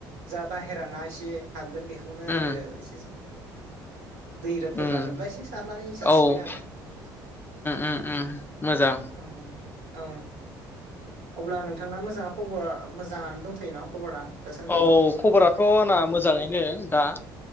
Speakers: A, on the right (about 75°); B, on the left (about 20°).
A: जा बाहेरा ना एसे हाबगोन बेख बेखौनो
B: उम
A: आरो एसे जो दै फोरानोब्ला
B: उम
A: एसे सारनानै जासिगोन
B: औ उम
A: आरो बिदिनोसै
B: उम उम, मोजां।
A: औ औ अब्ला नोंथांना मोजाङा खबर मोजाङानो दंथयो ना खबरा? दासान्दि?
B: औ खबराथ‌ आंना मोजाङैनो दा।